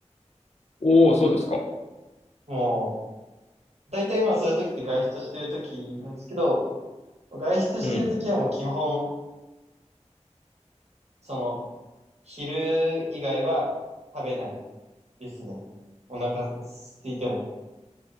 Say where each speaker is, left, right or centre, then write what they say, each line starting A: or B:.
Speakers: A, on the left; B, on the right.
A: おおー、そうですか。
B: もう、大体まあそういう時って外出してる時なんですけど、外出してる時はもう基本、
A: うん。
B: その、昼以外は食べないですね。お腹空いても。